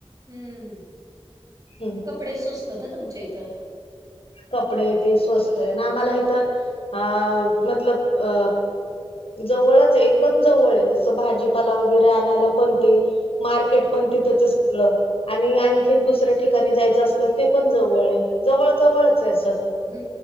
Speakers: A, on the right; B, on the left.
A: हम्म
B: हम्म
A: कपडे स्वस्त ना तुमच्या इथं?
B: कपडे ते स्वस्त हे ना आम्हाला इथ अ मतलब अ जवळच एकदम जवळ हाय जसं भाजीपाला वगैरे आणायला पण ते मार्केट
A: हं.
B: पण तिथंच हाय सगळं आणि आणखीन दुसऱ्या ठिकाणी जायचं असलं ते पण जवळ हाय जवळ जवळच हाय असं
A: हू